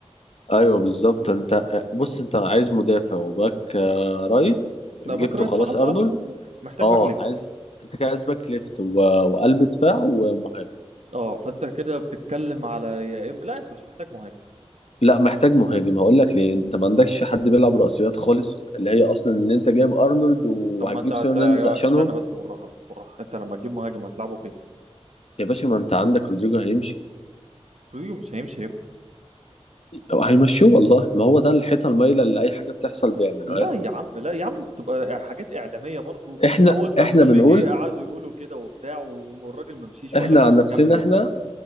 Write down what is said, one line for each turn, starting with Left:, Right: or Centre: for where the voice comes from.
Left: ايوه بالظبط انت آه، بص انت عايز مدافع وباك آه، رايت
Right: لا
Left: جبته
Right: باك رايت
Left: خلاص
Right: خلاص
Left: ارنولد
Right: اه محتاج
Left: اه
Right: باك ليفت
Left: عايز انت كده عايز باك ليفت و... وقلب دفاع ومهاجم
Right: اه فانت كده بتتكلم على يا إم... لا انت مش محتاج مهاجم
Left: لا محتاج مهاجم هقول لك ليه انت ما عندكش حد بيلعب رأسيات خالص اللي هي اصلا ان انت جايب ارنولد وهتجيب
Right: طب ما انت هتلاقي
Left: سيرو هرنانديز عشانهم
Right: استنى بس بالراحه بس بالراحه انت لما تجيب مهاجم هتلعبه فين؟
Left: يا باشا ما انت عندك رودريجو هيمشي
Right: رودريجو مش هيمشي يبقى
Left: او هيمشوه والله ما هو ده الحيطه المايله اللي اي حاجه بتحصل بيعملوها
Right: لا
Left: لنا
Right: يا عم لا يا عم تبقى حاجات اعلاميه برضو
Left: احنا
Right: اول ما
Left: احنا
Right: مبابي
Left: بنقول
Right: جه قعدوا يقولوا كده وبتاع والراجل ما مشيش
Left: احنا
Right: وقال لك انا
Left: عن نفسنا
Right: مكمل
Left: احنا